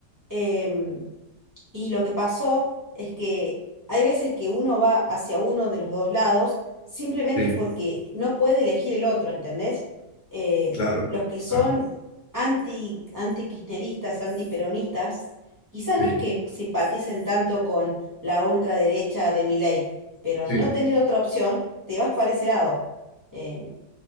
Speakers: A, on the right (about 20°); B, on the left (about 85°).
A: Em, Y lo que pasó es que hay veces que uno va hacia uno de los dos lados simplemente
B: Sí.
A: porque no puede elegir el otro, ¿entendés? Eh,
B: Claro,
A: los que son
B: claro,
A: anti, anti-kirchneristas, anti-peronistas, quizá
B: sí,
A: no es que simpaticen tanto con la ultraderecha de Milei, pero al
B: sí.
A: no tener otra opción, te vas para ese lado. Eh,